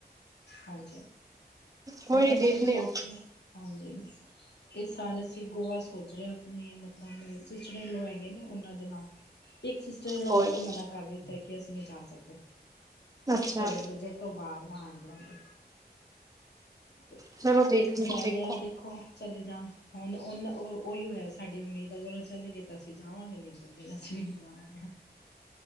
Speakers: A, on the left (about 90°); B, on the right (about 20°).
A: ਹਾਂਜੀ
B: ਕੋਈ
A: ਹੁਣ
B: ਨੀ
A: ਅਸੀਂ
B: ਦੇਖਦੇ
A: ਸੋਚਦੇ
B: ਆ।
A: ਹਾਂਜੀ ਇਸ ਅਸੀਂ ਗੋਆ ਸੋਚ ਰਹੇ ਆ ਆਪਣੇ, ਮਤਲਬ ਸਿਸਟਰ- ਇਨ-ਲਾ ਹੈਗੇ ਨੇ ਉਹਨਾਂ ਦੇ ਨਾਲ ਇੱਕ ਸਿਸਟਰ ਨੇ ਲੋਨ
B: ਕੋਈ ਨੀ
A: ਤਾਂ ਮਨਾ ਕਰ ਦਿੱਤਾ ਕਿ ਅਸੀਂ ਨਹੀਂ ਜਾ ਸਕਦੇ।
B: ਅੱਛਾ
A: ਸਾਡੇ ਬਜਟ ਤੋਂ ਬਾਅਦ ਹਾਂਜੀ ਹਾਂਜੀ। ਤੇ
B: ਚਲੋ ਦੇਖ
A: ਇੱਕ
B: ਦੇਖੋ।
A: ਕਹਿ ਰਿਹਾ ਦੇਖੋ ਚਲੇ ਜਾਣ ਹੁਣ ਉਹਨਾਂ ਉਹ ਉਹੀਉ ਸਾਡੀ ਉਮੀਦ ਹੈ ਅਗਰ ਉਹ ਚਲੇ ਗਏ ਤਾਂ ਅਸੀਂ ਜਾਵਾਂਗੇ ਨਹੀਂ ਤੇ ਨਹੀਂ ਅਸੀਂ ਵੀ ਨਹੀਂ ਜਾਵਾਂਗੇ।